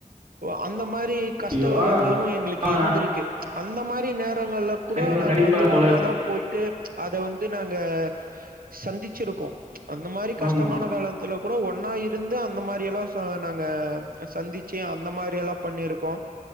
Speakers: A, on the right; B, on the right.
A: உ அந்த மா ரி கஷ்ட
B: ஐயோ
A: காலங்களு
B: ஆ
A: எங்களுக்கு
B: ஆ,
A: இருந்திருக்கு அந்த மாரி நே ரங்கள்ல கூட
B: கண்டிப்பா
A: நாங்க
B: கண்டிப்பா
A: வந்து
B: தோழர்
A: ஒன்னா தா ட்டு அத வந்து நாங்க சந்திச்சிருக்கோ அந்த மாரி கஷ்டமான
B: ஆமா
A: காலத்துல கூட ஒன்னா இருந்து அந்த மாரி எல்லா ச நாங்க சந்திச்சு அந்த மாரி எல்லா பண்ணியிருக்கோ